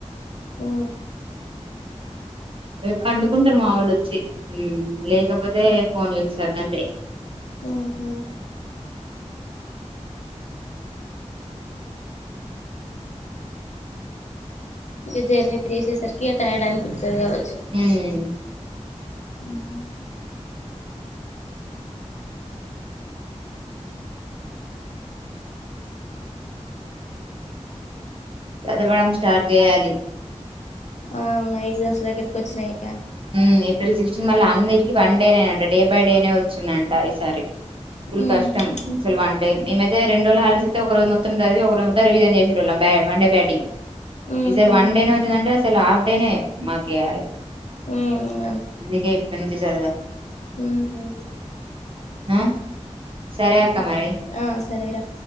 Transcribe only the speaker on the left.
ఆ
ఆహా ఇంకా జర్నీ జెసేసరికి ఇగ టైర్డ్ అ పిస్తది గావొచ్చు
ఊహు
ఆ అవునా ఎగ్జామ్స్ దగ్గరకి వచ్చినాయిగ
ఉహు
ఉహు
ఉమ్
ఉమ్ హు
ఆ సరేరా